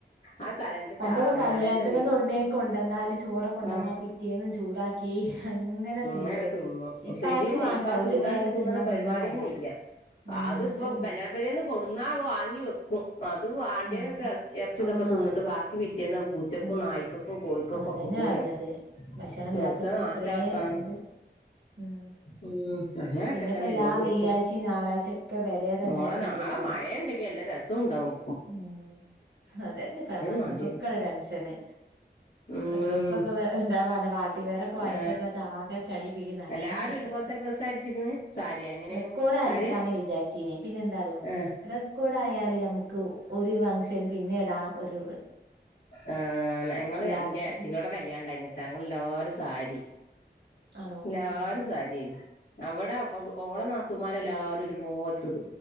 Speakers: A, on the left; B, on the right.
A: ആ തലേന്ത
B: പണ്ടൊക്കെ
A: ചാറും
B: കല്യാണത്തിന്ന്
A: തലേന്ത മീൻ
B: എവടന്നേലും കൊണ്ടന്നാല് ചോറ് റ് കൊണ്ടന്നാ
A: ആ
B: പിറ്റേന്നും ചൂടാക്കി അങ്ങനെ തിന്നേനി
A: അങ്ങനെ തിന്നും
B: ഇപ്പ
A: ശരിയന്നെയാണ്
B: ആർക്കും വേണ്ട
A: ഇപ്പ ആ
B: ഒരു
A: ചൂടാക്കി
B: നേരം
A: തിന്നണ
B: തിന്നാ
A: പരിപാട്യന്നെ
B: പിന്നെ വേണ്ട
A: ഇല്ല
B: ഉം
A: അത് ഇപ്പൊ
B: അതന്നെ
A: കല്യാണപ്പെരേന്ന് കൊടുന്നാ വാങ്ങി വെക്കും അത് വണ്ട്യേനൊക്കെ
B: ആഹ്
A: ഇറച്ചി ഇതൊക്കെ
B: ആഹ്
A: തിന്നിട്ട് ബാക്കി പിറ്റേന്ന് പൂച്ചക്കും
B: ആഹ്
A: നായക്കൊക്കെ കോഴിക്കൊക്കെ
B: അതന്നെ
A: കൂടെണ്
B: പറഞ്ഞത് ഭക്ഷണം
A: വെറുതെ
B: ഇല്ലാത്തോർക്ക്
A: നാശാക്കാൻ
B: എത്രയും ഇത് ഉം
A: ഉം അങ്ങനൊക്കെ
B: പിന്നെ
A: തന്നെ
B: ഇപ്പ എല്ലാ
A: എല്ലോർത്തും
B: വെള്ളിയാഴ്ചയും ഞായറാഴ്ചയും ഒക്കെ പെരേ തന്നെ
A: മോളെ നാളെ
B: ബിരിയാണിയാണ്
A: മഴണ്ടെങ്കില്ലേ നല്ല രസോണ്ടാവും
B: ഉം അതന്നെ പങ്ങക്ക
A: മാണ്ടിയത്
B: കുക്കള <unintelligible> ടെൻഷന്
A: ഉം
B: ഡ്രസ്സൊക്കെ ദാ പറഞ്ഞിട്ട് പാർട്ടി വെയറൊക്കെ വാങ്ങീട്ടൊക്കെ
A: ആ
B: ചളിപിളി നട്ടേക്ക
A: എല്ലാരും ഒരുപോലത്തെ
B: <unintelligible>
A: ഡ്രസ്സ് അടിച്ചിക്കണ് സാരിയാ എങ്ങനെയാണ്
B: ഡ്രസ്സ് കോഡ് ആക്കാന്ന്
A: സാരിയാ
B: വിചാരിച്ചീനി പിന്നെ
A: ആ
B: ഡ്രസ്സ് കോഡ് ആയാല് നമ്മക്ക് ഒരു ഫംഗ്ഷന് പിന്നെ ഇടാനൊരു
A: ആ ഞങ്ങള്
B: എല്ലാർക്കും
A: ഇന്റെ ഏടത്തീന്റോടെ കല്യാണം ഇണ്ടായിനിട്ടാ ഞങ്ങള് എല്ലാരും സാരി
B: ആണോ
A: എല്ലാരും
B: ഉം
A: സാരി ആയിരുന്ന് അവിടെ ഓളെ നാത്തൂമാര് എല്ലാരും ഒരുപോലത്തത്